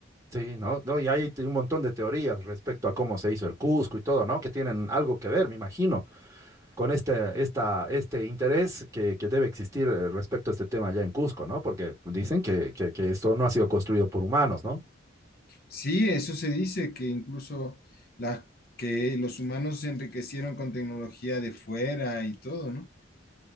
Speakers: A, on the right (about 15°); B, on the left (about 50°).
A: Sí, ¿no? No, y hay te- un montón de teorías respecto a cómo se hizo el Cusco y todo, ¿no? Que tienen algo que ver, me imagino. con este, esta, este interés que, que, debe existir eh, respecto a este tema allá en Cusco, ¿no? Porque dicen que, que, que esto no ha sido construido por humanos, ¿no?
B: Sí, eso se dice que incluso la, que los humanos se enriquecieron con tecnología de fuera y todo, ¿no?